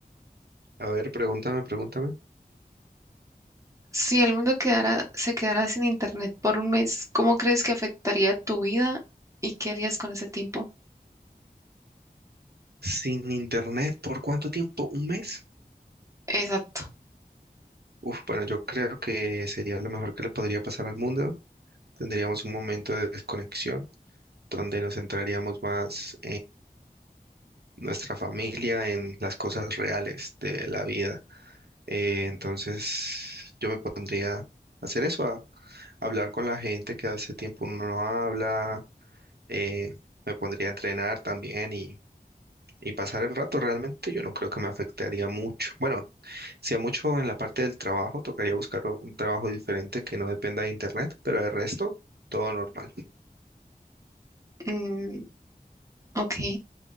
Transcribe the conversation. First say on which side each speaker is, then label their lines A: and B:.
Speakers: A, on the right (about 75°); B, on the right (about 20°).
A: A ver, pregúntame, pregúntame.
B: Si el mundo quedara, se quedara sin internet por un mes, ¿cómo crees que afectaría tu vida y qué harías con ese tiempo?
A: ¿Sin internet por cuánto tiempo? ¿Un mes?
B: Exacto.
A: Uf, bueno, yo creo que sería lo mejor que le podría pasar al mundo. Tendríamos un momento de desconexión donde nos centraríamos más nuestra familia en las cosas reales de la vida. Eh, entonces yo me pondría a hacer eso, a hablar con la gente que hace tiempo uno no habla, eh, me pondría a entrenar también y, y pasar el rato. Realmente yo no creo que me afectaría mucho. Bueno, si a mucho en la parte del trabajo, tocaría buscar un trabajo diferente que no dependa de internet, pero el resto, todo normal.
B: Mm, ok.